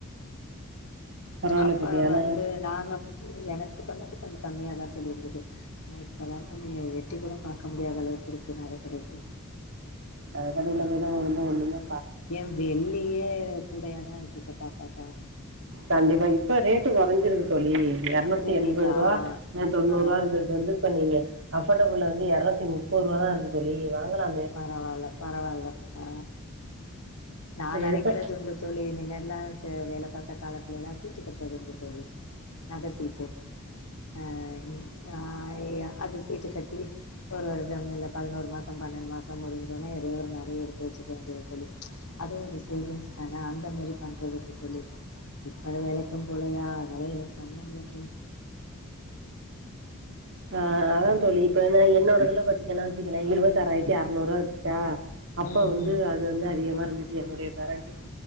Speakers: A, on the right; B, on the left.
A: பரவால்ல
B: அப்ப
A: தோழி. ஆனா,
B: வந்து நாங்க ம் எனக்கு பண்ணப்போ கொஞ்ச கம்மியாதா தோழி இருந்தது ஆனா இப்பதா தோழி எட்டி கூட பாக்க முடியாத அளவுக்கு இருக்கு நகக்கடைக்கு
A: அ கடைல போய்தா வாங்கனும்னா ஒன்னுனா
B: ஏ வெள்ளியே கூடையாதா இருக்கு இப்ப பாத்தாக்கா
A: கண்டிப்பா இப்ப ரேட்டு கொறஞ்சிருக்கு தோழி எர்நூத்தி
B: வெள்ளிக்கா
A: எண்பது ரூவா ம் தொண்ணூறு
B: ஆ
A: ரூவா இருந்த வந்து இப்ப நீங்க அஃபர்டபுள்ல வந்து எரநுத்தி முப்பது ரூவா தா இருக்கு தோழி வாங்கலா
B: பரவால்ல பரவால்ல ஆ நா நெனைக்கிறதுண்டு
A: எதுக்கு
B: தோழி முன்னெல்லா ச வேல பாத்த காலத்துலேலா சீட்டு கட்றது உண்டு தோழி நக சீட்டு அ நீ நா ய அது சீட்டு கட்டி ஒரு வருடம் இல்ல பதுனோரு மாசம் பன்னெண்டு மாசம் முடிஞ்சோனா எதோ ஒரு நகைய எடுத்து வச்சுக்க வேண்டியது தோழி அதுவு ஒரு சேவிங்ஸ் தான அந்த மாரி பண்றதுண்டு தோழி இப்ப வேலைக்கு போலையா அதனால எது பண்ண முட்ல தோழி
A: ஆ அதா தோழி இப்ப ஏனா என்னோடதுல பாத்தீங்கனா வச்சுக்கலே இருவத்தாறாயிரத்தி அறநூறுவா வித்துச்சா அப்ப
B: ம்
A: வந்து
B: ம்
A: அது வந்து அதிகமா இருந்துச்சு என்னுடைய பேரண்டுக்கு